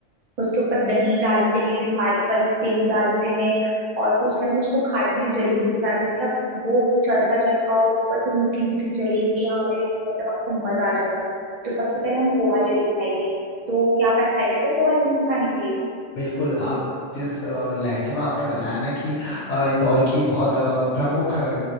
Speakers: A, on the right; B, on the left.
A: उसके ऊपर दही डालते हैं बारीक बारीक सेव डालते हैं और फिर उसके अंदर उसको खाते हैं जलेबी के साथ में मतलब वो चरखा चरखा और ऊपर से मीठी मीठी जलेबियां अरे मतलब आपको मजा आ जाएगा तो सबसे पहले हम पोहा जलेबी खाएंगे तो क्या आप एक्साइटेड हो पोहा जलेबी खाने के लिए
B: बिल्कुल आप जिस अ, लहजे में आपने बताया ना कि अ, इंदौर की बहुत अ, प्रमुख अ,